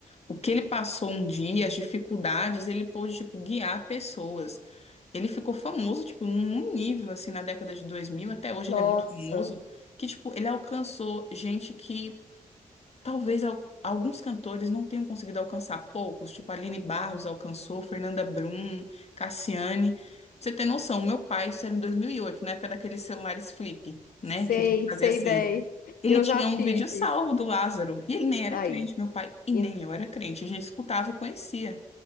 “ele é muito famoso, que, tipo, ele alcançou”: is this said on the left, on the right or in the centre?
Left